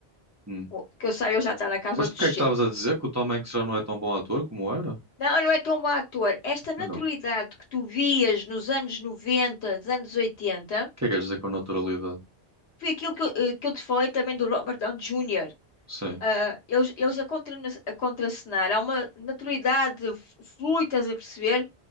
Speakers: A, on the right (about 20°); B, on the left (about 80°).
A: Hum.
B: O- que eu saiba, ele já está na casa
A: Mas
B: dos
A: do que é
B: 60.
A: que estavas a dizer? Que o Tom Hanks já não é tão bom ator como era?
B: Não, não é tão bom ator. Esta naturalidade
A: Ah, Não. O
B: que tu vias nos anos 90, dos anos 80.
A: que é que queres dizer com naturalidade?
B: Foi aquilo que eu, eh, que eu te falei também do Robert Downey Jr.
A: Sim.
B: Ah, eles, eles a contra, a contracenar, há uma naturalidade f- flui, estás a perceber?